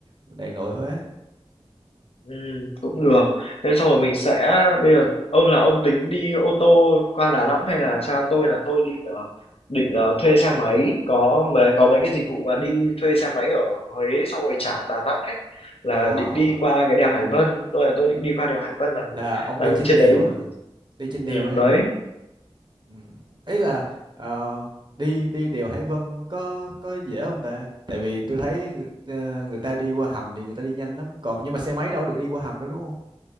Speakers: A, on the right (about 45°); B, on the left (about 65°).
A: đại nội Huế
B: Ừm, cũng được. Thế sau rồi mình sẽ bây giờ ông là ông tính đi ô tô qua Đà Nẵng hay là sao? Tôi là tôi định ờ, định ờ, thuê xe máy, có mấy có mấy cái dịch vụ mà đi thuê xe máy ở Huế xong rồi trả Đà Nẵng ấy là
A: à,
B: định đi qua cái đèo Hải Vân. Tôi là tôi định đi qua đèo Hải Vân là
A: là ông
B: là
A: đi trên
B: trên
A: đèo
B: đấy.
A: hả đi trên
B: Ừ,
A: đèo hay
B: đấy
A: ừ. ấy là ờ, đi đi đèo Hải Vân có có dễ không ta tại vì tôi thấy người, ờ, người ta đi qua hầm thì người ta đi nhanh lắm còn nhưng mà xe máy đâu được đi qua hầm đâu đúng không